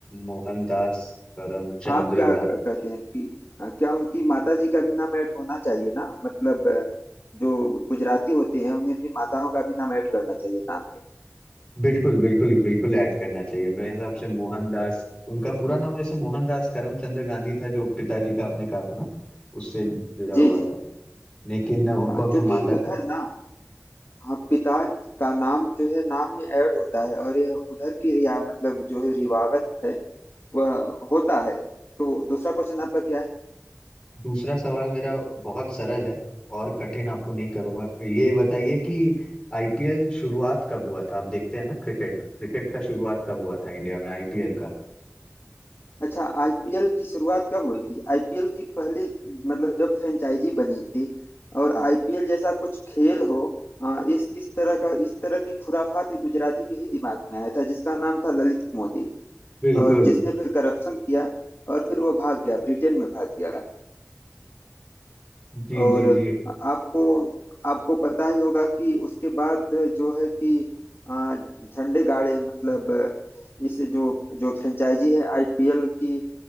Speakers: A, on the left; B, on the left.
A: मोहनदास करमचंद
B: आप क्या
A: गांधी
B: क- कहते हैं कि अ, क्या उनकी माता जी का भी नाम ऐड होना चाहिए ना मतलब अ, जो गुजराती होते हैं उन्हें अपनी माताओं का भी नाम ऐड करना चाहिए नाम में
A: बिल्कुल बिल्कुल बिल्कुल ऐड करना चाहिए मेरे हिसाब से मोहनदास उनका पूरा नाम वैसे मोहनदास करमचंद गांधी था जो पिताजी का आपने कहा था ना उससे जुड़ा
B: जी
A: हुआ
B: जी
A: था लेकिन उनको
B: हाँ,
A: अपने
B: चूंकि
A: माता
B: उधर
A: का
B: ना हाँ पिता का नाम जो है नाम में ऐड होता है और यह उधर की रिया मतलब जो है रिवावत है वह होता है तो दूसरा क्वेश्चन आपका क्या है
A: दूसरा सवाल मेरा बहुत सरल है और कठिन आपको नहीं करूंगा ये बताइए कि आईपीएल शुरुआत कब हुआ था आप देखते हैं ना क्रिकेट क्रिकेट का शुरुआत कब हुआ था इंडिया में आईपीएल का
B: अच्छा आईपीएल की शुरुआत कब हुई थी आईपीएल की पहली मतलब जब फ्रेंचाइजी बनी थी और आईपीएल जैसा कुछ खेल हो आ, इस इस तरह का इस तरह की खुराफात एक गुजराती के ही दिमाग में आया था जिसका नाम था ललित मोदी
A: बिल्कुल
B: और जिसने फिर करप्शन किया और फिर वो भाग गया ब्रिटेन में भाग गया
A: जी
B: और
A: जी जी
B: आपको आपको पता ही होगा कि उसके बाद जो है कि आ, झंडे गाड़े मतलब इस जो जो फ्रेंचाइजी है आईपीएल की